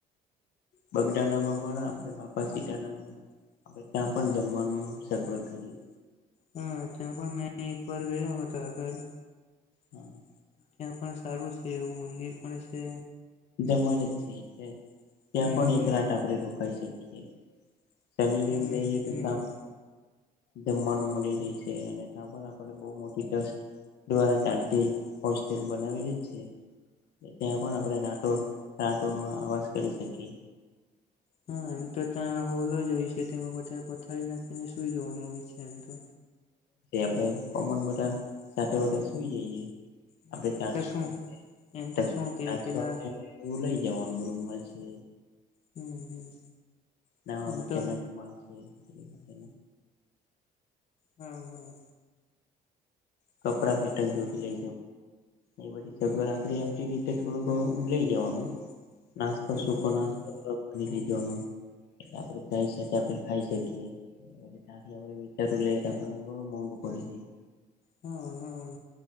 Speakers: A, on the left; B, on the left.
A: બગદાણા મળા આપડે બાપા સીતારામ નું. આપ ત્યાં પણ જમવાનું સગવડ કરી.
B: હા ત્યાં પણ મેં એક વાર ગયો હતો આગળ.
A: હા.
B: ત્યાં પણ સારું છે એવું મંદિર પણ છે.
A: જમાળે જ છે એટલે ત્યાં
B: હમ
A: પણ
B: હમ
A: એક રાત આપણે રોકાઈ શકીએ. જમી
B: હમ
A: ને જ‌ઇએ તો
B: હમ
A: શ. જમવાનું મળી રહી છે અને ત્યાં પણ આપને બહુ મોટી ટ્રસ્ટ. દ્વારા ચાલતી હોસ્ટેલ બનાવેલી છે. ત્યાં પણ આપણે રાતો રાતો આવાશ કરી શકીએ.
B: હા એમ તો ત્યાં હોલ જ હોય છે તેમાં બધા પથારી નાખીને સુઈ જવાનું હોય છે. એમ તો
A: આપણે કોમન બધા સાથે બધા સુઈ જઈએ.
B: એમ
A: આપણે ચારસોારસો
B: તો શું એમ તો શું કે પેલા
A: <inaudible> એવું લઇ જવાનું રૂમાલ છે.
B: હમ હમ.
A: નાવા
B: એમ
A: માટે
B: તો
A: ના રુમાલ છે એ માટે.
B: હા હા.
A: કપડા પેટર્ન જોડી લે. એ બઘી સગવડ આપે આપડી રીતે થોડું ઘણું લઈ જવાનું. નાસ્તો
B: હમ
A: સુકો નાસ્તો. લ‌ઇ જોવાનું એટ આપડે ખાઈ શ પણ ખાઈ શકીએ. તથી આપે વિચાતુ લ‌ઇ આપણે બ‌ઉ મોંગું પડી જાય.
B: હા હા.